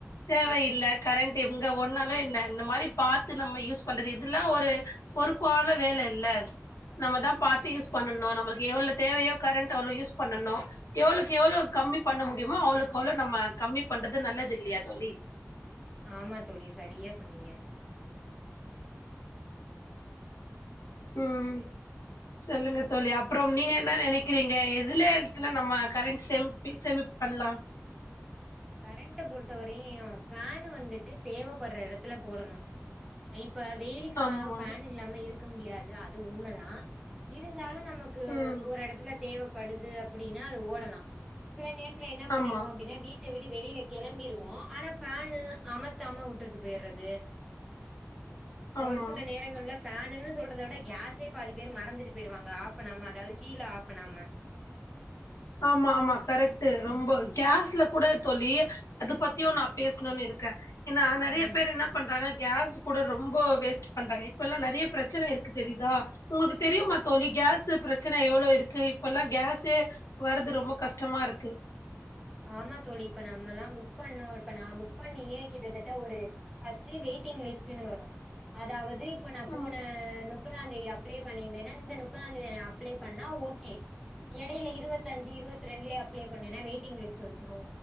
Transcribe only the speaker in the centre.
ம்
ஆமா தோழி சரியா சொன்னீங்க
அப்
கரண்டை பொறுத்தவரையு ஃபேன் வந்துட்டு தேவைப்படுற இடத்துல போடணு இப்ப வெயில் காலோ
ஃபேன் இல்லாம இருக்க முடியாது அது உண்மதா இருந்தாலு நம்ம கு
ஒரு எடத்துல தேவப்படுது அப்டின்னா அது ஓடலா செல நேரத்துல என்ன பண்ணிருவோ
அப்டின்னா வீட் ட விட்டு வெளியில கெளம்பிருவோ ஆனா ஃபேனு அமத்தாம விட்டுட்டு போயிறது
ஒரு சில நேரங்கள்ல ஃபேனுன்னு சொல்றத விட கேஸே பாதி பேர் மறந்துட்டு போயிருவாங்க ஆஃப் பண்ணாம அதாது கீழ ஆஃப் பண்ணாம
ம்
ஆமா தோழி இப்ப நம்மல்லா புக் பண்ணோ இப்ப நா புக் பண்ணியே கிட்டத்தட்ட ஒரு பஸ்ட்டு வெயிட்டிங் லிஸ்டுன்னு வரு அதாவது இப்ப நா
போன எனோ முப்பதாந்தேதி அப்ளை பண்ணி இருந்தேன்னா இந்த முப்பதாந்தேதி அப்ளை பண்ணா ஓகே எடையில இருவத்தஞ்சு இருபத்ரெண்டுலே அப்ளை பண்ணேனா வெயிட்டிங் லிஸ் சொல்ச்ரோ